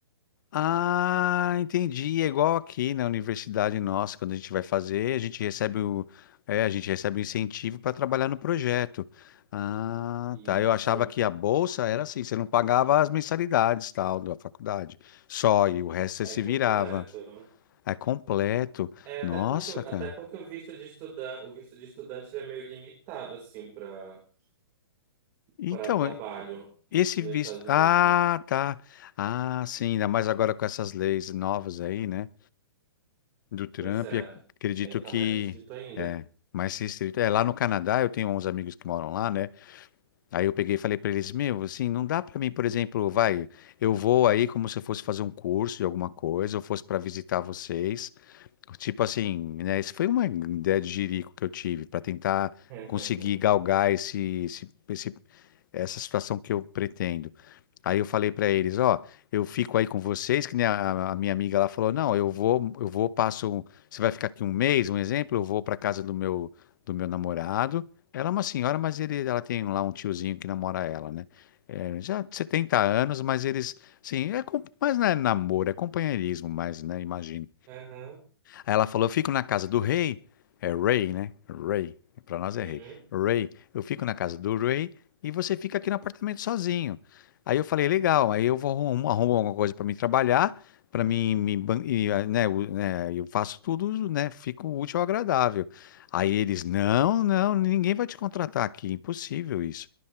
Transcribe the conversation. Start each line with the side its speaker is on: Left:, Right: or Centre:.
Left: Ah, entendi. É igual aqui na universidade nossa, quando a gente vai fazer, a gente recebe o, é, a gente recebe o incentivo para trabalhar no projeto. Ah,
Right: Isso.
Left: tá. Eu achava que a bolsa era assim, você não pagava as mensalidades, tal, da faculdade. Só, e o resto você
Right: É
Left: se
Right: completo.
Left: virava. É completo.
Right: É, até
Left: Nossa,
Right: porque,
Left: cara.
Right: até porque o visto de estudante, o visto de estudante ele é meio limitado, assim, para
Left: Então,
Right: para trabalho
Left: esse
Right: nos
Left: visto.
Right: Estados Unidos.
Left: Ah, tá. Ah, sim, ainda mais agora com essas leis novas aí, né? do Trump,
Right: Pois é,
Left: e ac- acredito
Right: aí tá
Left: que
Right: mais restrito ainda.
Left: é mais restrito. É, lá no Canadá, eu tenho uns amigos que moram lá, né? Aí eu peguei e falei para eles, meu, assim, não dá para mim, por exemplo, vai, eu vou aí como se eu fosse fazer um curso de alguma coisa, eu fosse para visitar vocês. Tipo assim, né? Isso foi uma ideia de jirico que eu tive para tentar
Right: <laughs>
Left: conseguir galgar esse, esse, esse essa situação que eu pretendo. Aí eu falei para eles, ó, eu fico aí com vocês, que nem a, a minha amiga lá falou, não, eu vou, eu vou, passo, um, você vai ficar aqui um mês, um exemplo, eu vou para casa do meu do meu namorado. Ela é uma senhora, mas ele, ela tem lá um tiozinho que namora ela, né? É, já 70 anos, mas eles, sim, é, com- mas não é namoro, é companheirismo, mas, né, imagino.
Right: Aham,
Left: Aí ela falou: Eu fico na casa do rei. É rei, né? Rei. Pra nós é
Right: uhum,
Left: rei. Rei. Eu fico na casa do rei e você fica aqui no apartamento sozinho. Aí eu falei: Legal. Aí eu vou arrumo, arrumo alguma coisa pra mim trabalhar, pra mim me, ban- e, ah, né, o- né, eu faço tudo, né? Fico útil ao agradável. Aí eles: Não,
Right: sim.
Left: não, ninguém vai te contratar aqui. Impossível isso.